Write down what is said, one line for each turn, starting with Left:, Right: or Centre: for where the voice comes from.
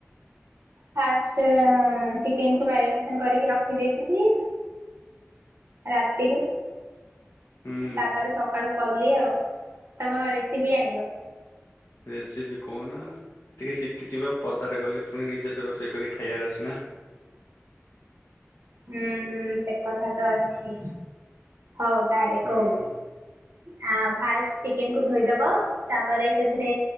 Right: ଫାଷ୍ଟ ଚିକେନକୁ ମାରିନେସନ୍ କରିକି ରଖି ଦେଇଥିଲି। ରାତିରୁ।
Left: ହୁଁ।
Right: ତା ପରେ ସକାଳୁ କଲି ଆଉ ତମେ କଣ ରେସିପି ଜାଣିବ?
Left: ରେସିପି କୋଉ ନା ଟିକେ ଶିଖିଥିବ ପଦାରେ ଗଲେ ପୁଣି ନିଜେ ତ ରୋଷେଇ କରି ଖାଇବାର ଅଛି ନା।
Right: ହୁଁ ହୁଁ ସେ କଥା ତ ଅଛି ହଉ ତାହେଲେ
Left: ହୁଁ
Right: କହୁଛି। ଆଉ ଫାଷ୍ଟ ଚିକେନ କୁ ଧୋଇଦବ ତା ପରେ ସେଥିରେ